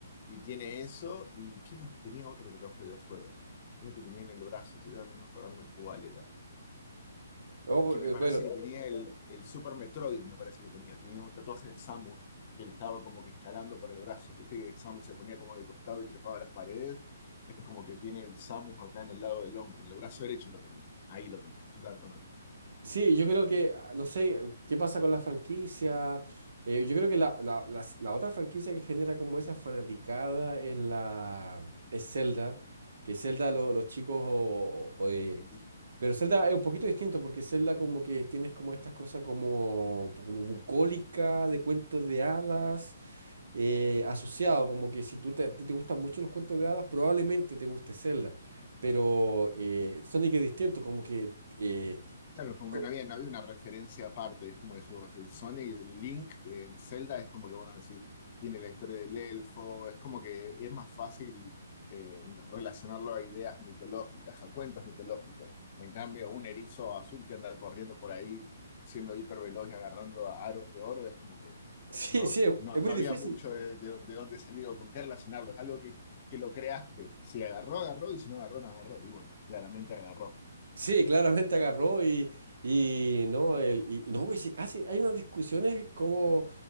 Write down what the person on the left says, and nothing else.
Y tiene eso, y ¿qué más? Tenía otro tatuaje de juego, uno que tenía en el brazo, estoy tratando de acordarme cuál era
que me
parece
que tenía el, el Super Metroid, me parece que tenía. Tenía un tatuaje de Samus, que él estaba como que escalando por el brazo. Viste que Samus se ponía como de costado y trepaba las paredes. Es como que tiene el Samus acá en el lado del hombro En el brazo derecho lo tenía. Ahí lo tenía. Eso estaba
todo
Claro, como
que no había, no había una referencia aparte, es como decir, vos, el Sonic, el Link, eh, el Zelda es como que, bueno, decir, tiene la historia del elfo, es como que es más fácil eh, relacionarlo a ideas mitológicas, a cuentos mitológicos. En cambio, un erizo azul que anda corriendo por ahí, siendo hiperveloz y agarrando a aros de oro, es como que
no,
no,
no
había mucho de, de- de dónde salir o con qué relacionarlo, es algo que, que lo creaste. Si agarró, agarró, y si no agarró, no agarró. Y bueno, claramente agarró.